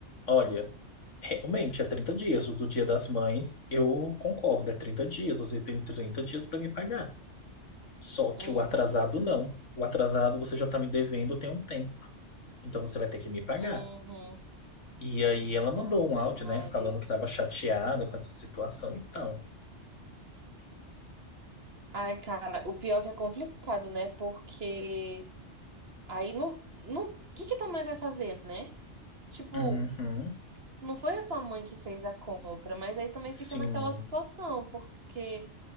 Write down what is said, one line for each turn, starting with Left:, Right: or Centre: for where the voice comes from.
Left: "Olha, realmente é 30 dias, o do Dia das Mães, eu concordo, é 30 dias, você tem trinta dias para me pagar. Só
Right: Uhum.
Left: que o atrasado não. O atrasado você já está me devendo tem um tempo. Então você vai ter que me pagar.
Right: Uhum.
Left: E aí ela mandou
Right: Aff,
Left: um áudio,
Right: Maria.
Left: né, falando que estava chateada com essa situação e tal.
Right: Ai, cara, o pior é que é complicado, né? Porque aí não, não, o que que tua mãe vai fazer, né? Tipo,
Left: Uhum,
Right: não foi a tua mãe que fez a compra, mas aí também
Left: sim.
Right: fica naquela situação, porque